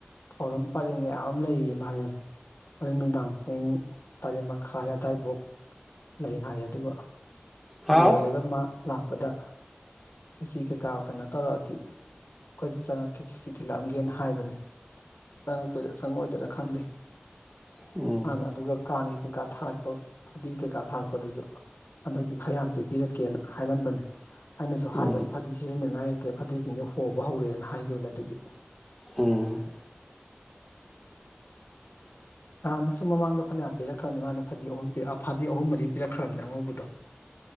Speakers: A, on the left (about 70°); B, in the centre.
A: ꯊꯧꯔꯝ ꯄꯔꯦꯡ ꯃꯌꯥꯝ ꯃꯌꯥꯝ ꯑꯃ ꯂꯩꯌꯦ ꯃꯥꯁꯦ ꯍꯨꯔ‌ꯦꯟ ꯅꯨꯡꯗꯥꯡ ꯄꯨꯡ ꯇꯔꯦꯠ ꯃꯈꯥꯏ ꯑꯋꯥꯏꯐꯥꯎ ꯂꯩ ꯍꯥꯏ ꯑꯗꯨꯒ
B: ꯍꯥꯎ
A: ꯂꯣꯏꯔꯒ ꯃꯥ ꯂꯥꯛꯄꯗ ꯀꯦꯖꯤ ꯀꯩꯀꯥ ꯀꯩꯅꯣ ꯇꯧꯔꯛꯑꯗꯤ ꯑꯩꯈꯣꯏꯗ ꯆꯪꯉꯛꯀꯦ ꯈꯦꯁꯤ ꯊꯤꯜꯂꯛꯑꯝꯒꯦꯅ ꯍꯥꯏꯕꯅꯤ ꯆꯪꯉꯛꯇꯣꯏꯗ ꯆꯪꯉꯣꯏꯗ꯭ꯔꯥ ꯈꯪꯗꯦ
B: ꯎꯝ
A: ꯃꯥꯅ ꯑꯗꯨꯒ ꯀꯥꯡꯒꯤ ꯀꯩꯀꯥ ꯊꯥꯔꯛꯄ ꯐꯗꯤ ꯀꯩꯀꯥ ꯊꯥꯔꯛꯄꯗꯨꯁꯨ ꯍꯟꯗꯛꯇ ꯈꯔꯌꯥꯝ ꯄꯤꯕꯤꯔꯛꯀꯦꯅ ꯍꯥꯏꯔꯝꯕꯅꯦ ꯑꯩꯅꯁꯨ
B: ꯎꯝ
A: ꯍꯥꯏꯕ ꯑꯩ ꯐꯗꯤ ꯁꯤꯖꯤꯟꯅꯉꯥꯏ ꯂꯩꯇ꯭ꯔꯦ ꯐꯗꯤꯁꯤꯡꯁ ꯍꯣꯕ ꯍꯧꯔꯛꯑꯦꯅꯒꯤꯈꯤꯕꯅꯦ ꯑꯗꯨꯒꯤ
B: ꯎꯝ
A: ꯅꯍꯥꯟꯃꯨꯛꯁꯨ ꯃꯃꯥꯡꯗ ꯐꯅꯌꯥꯝ ꯄꯤꯔꯛꯈ꯭ꯔꯕꯅꯦ ꯃꯥꯅ ꯐꯗꯤ ꯑꯍꯨꯝ ꯐꯗꯤ ꯑꯍꯨꯝ ꯃꯔꯤ ꯄꯤꯔꯛꯈ꯭ꯔꯕꯅꯦ ꯑꯉꯧꯕꯗꯣ